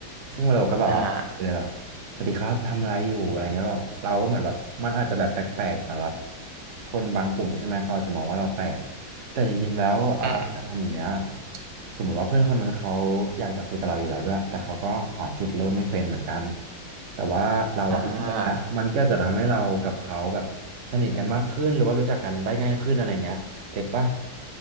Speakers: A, on the right; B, on the right.
A: ซึ่งวาโลก็แบบว่าไปเลย
B: อ่าฮะ
A: สวัสดีครับทำอะไรอยู่อะไรเงี้ยแบบเราก็เหมือนแบบมันอาจจะแบบแปลกๆสำหรับคนบางกลุ่มใช่ไหมเขาอาจจะมองว่าเราแปลกแต่จริงๆแล้วอ่าการทำแบบเนี้ย
B: อืม
A: สมมติว่าเพื่อนคนนั้นเขาอยากจะคุยกับเราอยู่แล้วด้วยแต่เขาก็หาจุดเริ่มไม่เป็นเหมือนกันแต่ว่าเราอะเริ่มไปแล้วมันก็จะทำให้เรากับเขาแบบสนิทกันมากขึ้นหรือว่ารู้จักกันได้ง่ายขึ้นอะไรเงี้ยเก็ตปะ
B: อ่า